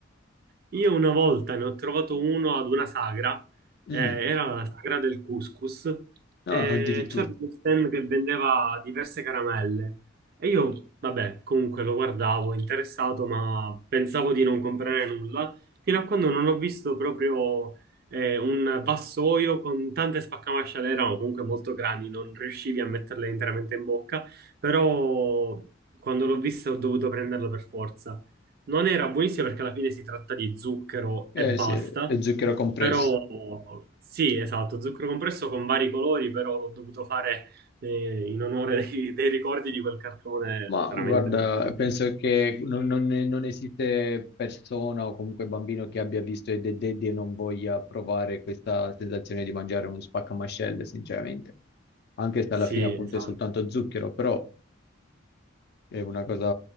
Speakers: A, on the right; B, on the left.
A: Io una volta ne ho trovato uno ad una sagra,
B: Mm.
A: eh, era la sagra del couscous,
B: Ah,
A: e
B: addirittura.
A: c'era uno stand che vendeva diverse caramelle. E io, vabbè, comunque lo guardavo interessato, ma pensavo di non comprare nulla, fino a quando non ho visto proprio eh, un vassoio con tante spaccamasciale, erano comunque molto grandi, non riuscivi a metterle interamente in bocca, però quando l'ho vista ho dovuto prenderlo per forza. Non era buonissima perché alla fine si tratta di zucchero
B: Eh
A: e basta,
B: sì, è zucchero compresso.
A: però sì, esatto, zucchero compresso con vari colori, però l'ho dovuto fare eh, in onore dei, dei ricordi di quel cartone
B: Ma
A: veramente
B: guarda,
A: bello.
B: penso che non, non- non esiste persona o comunque bambino che abbia visto Ed e Eddy e non voglia provare questa sensazione di mangiare uno spaccamascelle, sinceramente. Anche se
A: Sì,
B: alla fine appunto
A: esatto.
B: è soltanto zucchero, però è una cosa,